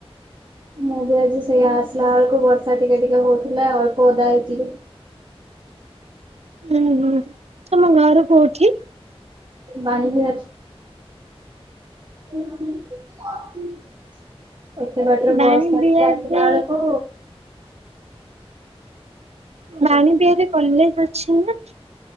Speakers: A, on the right (about 45°); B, on the right (about 85°).
A: ମୁଁ ବି ଆଜି ସେଇଆ, ଆସିଲା ବେଳକୁ ବର୍ଷା ଟିକେ ଟିକେ ହଉଥିଲା ଅଳ୍ପ ଓଦା ହେଇଥିଲି।
B: ହୁଁ ହୁଁ। ତମ ଘର କୋଉଠି?
A: ବାଣୀବିହାର। <unintelligible> ଏତେ ବାଟରୁ
B: ବାଣୀ
A: ବସ୍ ଧରିକି
B: ବିହାରରେ
A: ଆସିଲା ବେଳକୁ
B: ବାଣୀବିହାରରେ କଲେଜ ଅଛି ନା?